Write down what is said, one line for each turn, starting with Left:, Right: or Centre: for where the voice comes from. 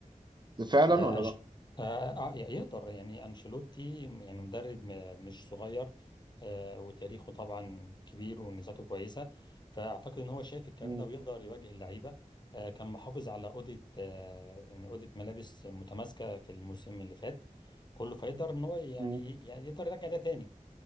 Right: فعلا
Left: آه،
Right: ولا
Left: أنش...
Right: لا
Left: آه آه، يقدر يعني أنشيلوتي يعني مدرب م- مش صغير آه وتاريخه طبعا كبير وإنجازاته كويسة فأعتقد إن هو شايف الكلام
Right: مم.
Left: ده ويقدر يواجه اللعيبة آه كان محافظ على أوضة آه يعني أوضة ملابس متماسكة في الموسم اللي فات كله فيقدر إن هو يعني
Right: مم.
Left: يعني يقدر يرجع ده تاني